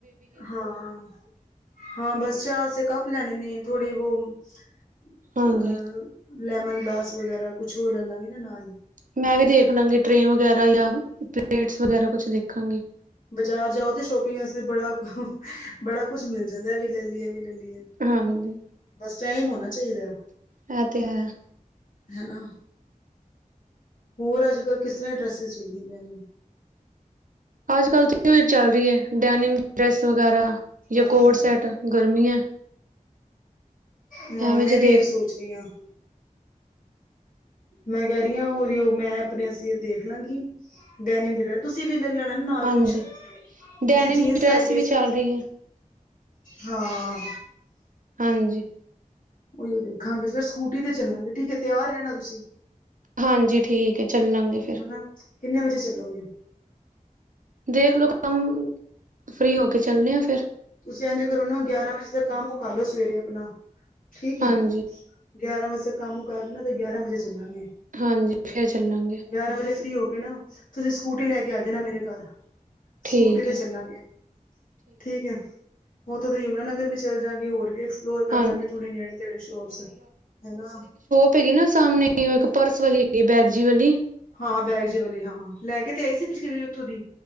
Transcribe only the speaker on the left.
ਹਾਂ, ਹਾਂ ਬਸ ਚਾਹ ਆਸੇ ਕੱਪ ਲੈਣੇ ਨੇ ਥੋੜੇ ਵੋ ਅ
ਲੈਮੇਨ ਗਲਾਸ ਵਗੈਰਾ, ਕੁਛ ਓ ਲੈ ਲਾਂਗੇ ਨਾ ਨਾਲ।
ਬਜਾਰ ਜਾਓ ਤੇ ਸ਼ੋਪਿੰਗ ਵਾਸਤੇ ਬੜਾ, ਬੜਾ ਕੁਛ ਮਿਲ ਜਾਂਦੈ ਐ ਵੀ ਲੈ ਲੀਏ ਐਵੀ ਲੈ ਲੀਏ।
ਬਸ ਟਾਈਮ ਹੋਨਾ ਚਾਈਦੈ।
ਹੈਨਾ। ਹੋਰ, ਆੱਜ-ਕੱਲ ਕਿਸ ਤਰਾਂ ਡਰੈਸਿਸ ਚੱਲਦੀ ਪੇਆਨੀ?
ਹਾਂ
ਹਾਂ,
ਮੈਂ
ਵੀ
ਏ ਸੋਚ ਰੀ ਆਂ। ਮੈਂ ਕੈ ਰੀ ਆਂ ਓਹੀ ਓ, ਮੈਂ ਆਪਨੇ ਆਸੇ ਦੇਖ ਲਾਂਗੀ ਡੈਨੀਮ ਜੇੜਾ ਤੁਸੀਂ ਵੀ ਲ ਲੈਣਾ ਨਾ ਨਾਲ
ਕੋਛ,
ਤੁਸੀਂ ਜੀਨਸ
ਲੈਕੇ
ਆਏ
ਸੀ।
ਹਾਂ।
ਓਈ ਓ ਦੇਖਾਂਗੇ ਫੇਰ ਸੂਕੂਟੀ ਤੇ ਚੱਲਾਂਗੇ ਠੀਕ ਏ, ਤੇਆਰ ਰੈਣਾ ਤੁਸੀਂ।
ਹਨਾ ਕਿੰਨੇ ਵਜੇ ਚੱਲੋਗੇ?
ਤੁਸੀਂ ਐਂਜ ਕਰੋ ਨਾ ਗੇਆਰਾਂ ਵਜੇ ਤੱਕ ਕੰਮ ਮੂਕਾਲੋ ਸਵੇਰੇ ਅਪਨਾ, ਠੀਕ ਏ।
ਗੇਆਰਾਂ ਵਜੇ ਤਕ ਕੰਮ ਮੂਕਾਲੋ ਨਾ, ਤਾਂ ਗੇਆਰਾਂ ਵਜੇ ਚੱਲਾਂਗੇ।
ਗੇਆਰਾਂ ਵਜੇ ਫ੍ਰੀ ਹੋ ਕੇ ਨਾ, ਤੁਸੀ ਸੁਕੂਟੀ ਲੈ ਕੇ ਆ ਜਾਨਾ ਮੇਰੇ ਘਾਰ।
ਸੁਕੂਟੀ ਤੇ
ਚੱਲਾਂਗੇ ਠੀਕ ਐ। ਓਥੋਂ ਦੀ ਯਮਨਾਨਗਰ ਵੀ ਚਲੇ ਜਾਂਗੇ, ਹੋਰ ਵੀ ਐਕਸਪਲੋਰ ਕਰ
ਲਾਂਗੇ ਥੋੜੀ ਨੇੜੇ, ਤੇੜੇ ਸ਼ੋਪਸ ਹੈਨਾ।
ਹਾਂ ਬੈਗ ਜੇ ਵਾਲੀ ਹਾਂ ਲੈ ਕੇ ਤੇ ਆਏ ਸੀ ਪਿਛਲੀ ਵਾਰੀ ਉੱਥੋਂ ਦੀ